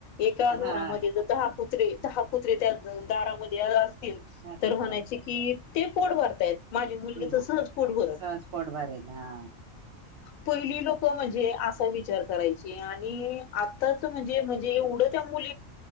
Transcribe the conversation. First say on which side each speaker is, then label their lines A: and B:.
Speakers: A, on the left; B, on the right.
A: एका घरामध्ये
B: हा
A: दहा कुत्रे दहा कुत्रे त्या दारामध्ये
B: असेल
A: तर म्हणायचे
B: बर
A: कि ते पोट भर <inaudible> माझे मुलगीच सहज
B: ह
A: पोट भरत
B: सहज पोट भरेल हा
A: पहिली लोक म्हणजे असा विचार करायची आणि आताच म्हणजे म्हणजे एवढं त्या मु